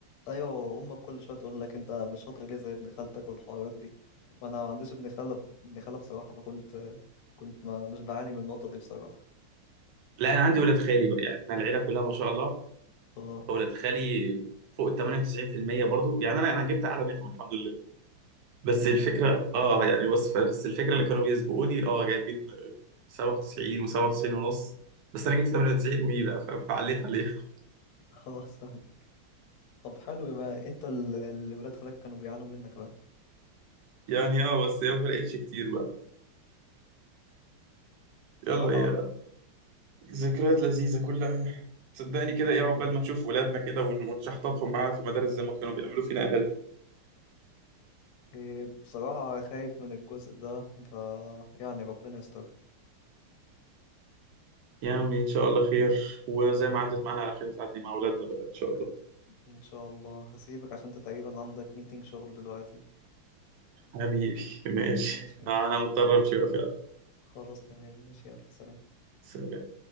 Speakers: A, on the left; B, on the right.
A: أيوة أمك كل شوية تقول لك أنت مش شاطر ليه زي ابن خالتك والحوارات دي وأنا ما عنديش ابن خالة ابن خالة بصراحة فكنت كنت ما مش بعاني من النقطة دي بصراحة
B: لا انا عندي ولاد خالي بقى يعني احنا العيلة كلها ما شاء الله
A: اه
B: فولاد خالي فوق ال 98% برضو يعني انا انا جبت اعلى منهم الحمد لله بس
A: امم
B: الفكرة اه يعني بس بس الفكرة اللي كانوا بيسبقوني اه جايبين 97 و97 ونص بس انا جبت 98 وي بقى ف- فعليت عليها <laughs>
A: خلاص فاهم. طب حلو يبقى أنت ال- الولاد خالك كانوا بيعانوا منك بقى
B: يعني اه بس هي ما فرقتش كتير بقى
A: بصراحة
B: يلا يا ذكريات لذيذة كلها صدقني
A: مم.
B: كده ايه عقبال ما نشوف ولادنا كده ون- ونشحططهم معانا في المدارس زي ما كانوا بيعملوا فينا اهالي
A: إيه بصراحة خايف من الجزء ده ف يعني ربنا يستر
B: يا عمي ان شاء الله خير وزي ما عدت معانا على خير تعدي مع ولادنا بقى ان شاء الله
A: ان شاء الله هسيبك عشان انت تقريبا عندك ميتنج شغل دلوقتي
B: حبيبي ماشي
A: ماشي يلا
B: انا مضطر امشي بقى فعلا
A: خلاص تمام ماشي يلا سلام
B: سلام